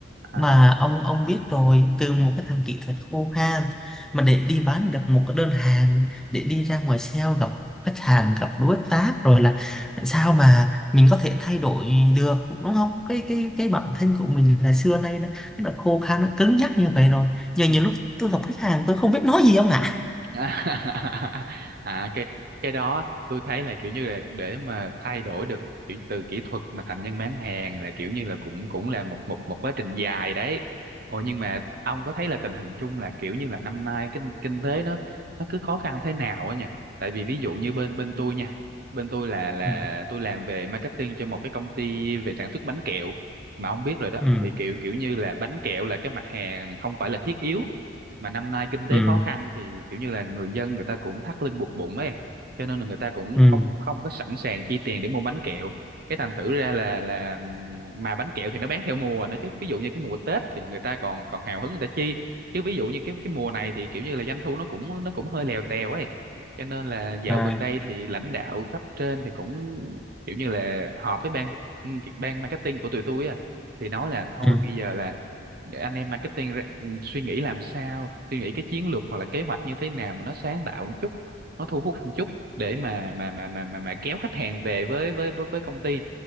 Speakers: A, on the right; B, in the centre.
A: à
B: mà ông ông biết rồi từ một cái thằng kỹ thuật khô khan mà để đi bán được một cái đơn hàng để đi ra ngoài sale gặp khách hàng gặp đối tác rồi là sao mà mình có thể thay đổi được đúng không cái cái cái bản thân của mình là xưa nay nó nó là khô khan nó cứng nhắc như vậy rồi giờ nhiều
A: ừ.
B: lúc tôi gặp khách hàng tôi không biết nói gì ông ạ
A: <laughs> à cái cái đó tôi thấy là kiểu như là để mà thay đổi được kiểu từ kỹ thuật mà thành nhân bán hàng là kiểu như là cũng cũng là một một một quá trình dài đấy ồ nhưng mà ông có thấy là tình hình chung là kiểu như là năm nay kinh kinh tế nó nó cứ khó khăn thế nào á nhỉ tại vì ví dụ như bên bên tôi nha bên tôi là là
B: ừ
A: tôi làm về marketing cho một cái công ty về sản xuất bánh kẹo mà ông biết rồi đó
B: ừ
A: thì kiểu kiểu như là bánh kẹo là cái mặt hàng không phải là thiết yếu mà năm nay kinh tế
B: ừ
A: khó khăn thì kiểu như là người dân người ta cũng thắt lưng buộc bụng ấy cho nên là người ta cũng
B: ừ
A: không không có sẵn sàng chi tiền để mua bánh kẹo cái thành thử ra là là mà bánh kẹo thì nó bán theo mùa nữa chứ ví dụ như cái mùa Tết thì người ta còn còn hào hứng người ta chi chứ ví dụ như cái cái mùa này thì kiểu như là doanh thu nó cũng nó cũng hơi lèo tèo ấy cho nên là dạo
B: à,
A: gần đây thì lãnh đạo cấp trên thì cũng kiểu như là họp với ban ban marketing của tụi tôi á thì nói là thôi
B: ừ.
A: bây giờ là anh em marketing ra- suy nghĩ làm sao suy nghĩ cái chiến lược hoặc là kế hoạch như thế nào mà nó sáng tạo một chút nó thu hút một chút để mà mà mà mà mà, mà kéo khách hàng về với với với, với công ty